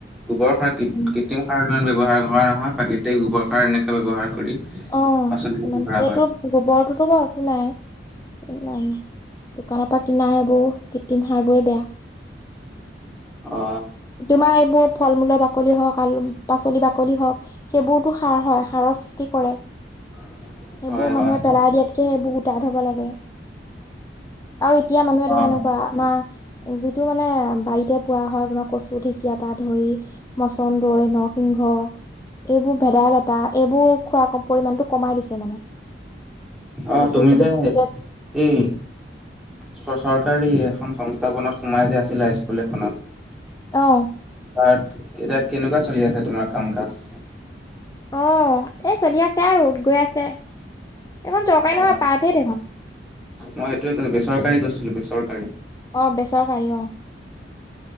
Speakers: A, in the centre; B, on the left (about 20°).
A: গোবৰ সাৰ কৃত্ৰিম
B: উম
A: সাৰ ইমান ব্যৱহাৰ কৰা নহয় প্ৰাকৃতিক গোবৰ সাৰ এনেকে ব্যৱহাৰ কৰি
B: অ মমান
A: পাচলি খেতি কৰা
B: সেইটো
A: হয়
B: গোবৰটোতো বাৰু একো নাই দোকানৰ পৰা কিনা এইবোৰ কৃত্ৰিম সাৰ বোৰে বেয়া
A: অ
B: তোমাৰ এইবোৰ ফল মূলৰ বাকলি হওক আলু পাচলি বাকলি হওক সেইবোৰতো সাৰ হয় সাৰৰ সষ্টি কৰে
A: হয়
B: সেইবোৰ মানুহে
A: হয়
B: পেলাই দিয়াতকে সেইবোৰ হব লাগে আৰু এতিয়া মানুহে তোম
A: অ
B: এনেকুৱা আমাৰি টো মানে বাৰীতে পোৱা হয় তোমাক কচু ঢেকীয়া পা ধই মাচন্দন্দৈ নৰসিংহ এইবোৰ ভেদাইলতা এইবোৰ খোৱা পৰিমমানটো কমাই দিছে মানে
A: অ
B: বিশেষ
A: তুমি যে
B: বেছিকে
A: এই চৰকাৰী এখন সংস্থাপনত সোমাই যে আছিলে স্কুল এখনত
B: অ
A: ত এতিয়া কেনেকুৱা চলি আছে তোমাৰ কাম কাজ
B: অ এই চলি আছে আৰু গৈ আছে এখন চৰকাৰী
A: অ
B: নহোৱা পাইভেদ এখন
A: মই সেইটোৱে কৈছো বেচৰকাৰী কৈছিলো বেচৰকাৰী
B: অ বেচাও কাৰী অ